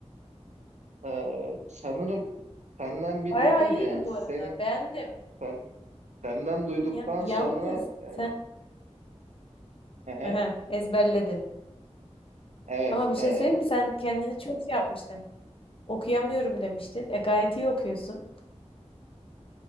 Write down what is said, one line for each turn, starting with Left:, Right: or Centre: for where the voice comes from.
Right: E, sanırım senden bir
Left: Bayağı
Right: duydum
Left: iyiydi
Right: ya.
Left: bu
Right: Senin,
Left: arada. Beğendim.
Right: sen, senden duyduktan
Left: Ya, yalnız
Right: sonra e,
Left: sen
Right: hı hı.
Left: Aha, ezberledin.
Right: Evet,
Left: Ama bir
Right: eee,
Left: şey söyleyeyim mi? Sen kendini çok şey yapmıştın. Okuyamıyorum demiştin. E gayet iyi okuyorsun.